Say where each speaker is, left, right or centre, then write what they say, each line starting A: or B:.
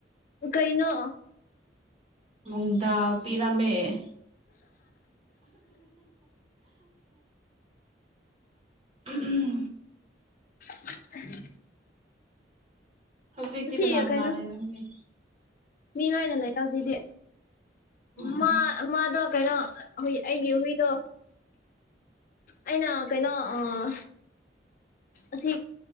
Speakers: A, on the left; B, on the right.
A: ꯀꯩꯅꯣ꯫
B: ꯅꯨꯡꯗꯥꯥꯎ ꯄꯤꯔꯥꯃꯦ꯫ ꯎ ꯎꯝ
A: <inaudible>
B: ꯍꯧꯖꯤꯗꯤ
A: ꯁꯤ
B: ꯀꯅꯥ ꯀꯅꯥ
A: ꯀꯩꯅꯣ
B: ꯂꯩꯔꯝꯅꯤ꯫
A: ꯃꯤ ꯂꯣꯏꯅ ꯂꯩ ꯍꯧꯖꯤꯛꯇꯤ
B: ꯑꯣ
A: ꯃꯥ꯫ ꯃꯥꯗꯣ ꯀꯩꯅꯣ ꯍꯨꯏ ꯑꯩꯒꯤ ꯍꯨꯏꯗꯣ꯫ ꯑꯩꯅ ꯀꯩꯅꯣ ꯑꯥ ꯑꯁꯤ